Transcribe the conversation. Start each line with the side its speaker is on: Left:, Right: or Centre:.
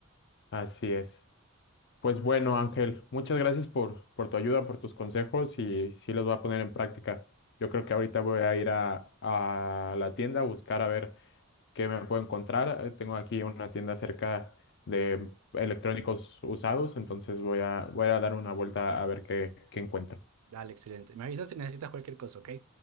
Left: así es. Pues bueno, Ángel, muchas gracias por, por tu ayuda, por tus consejos y sí los voy a poner en práctica. Yo creo que ahorita voy a ir a, a la tienda a buscar a ver qué me puedo encontrar. Eh, Tengo aquí una tienda cerca de electrónicos usados, entonces voy a, voy a dar una vuelta a ver qué, qué encuentro.
Right: Dale, excelente. Me avisas si necesitas cualquier cosa, ¿ok?